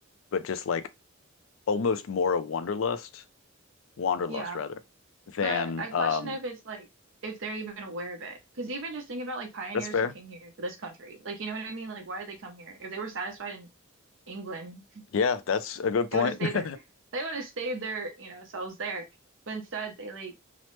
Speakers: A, on the left (about 75°); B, on the right (about 65°).
A: but just like almost more a wanderlust, wanderlust
B: Yeah,
A: rather than
B: but I
A: um,
B: question if it's like if they're even aware of it. Because even just think about like pioneers
A: that's fair.
B: who came here to this country. Like, you know what I mean? Like, why did they come here? If they were satisfied in England,
A: Yeah, that's a good point.
B: they would have stayed
A: <laughs>
B: there. They would have stayed their, you know, selves there. But instead, they like,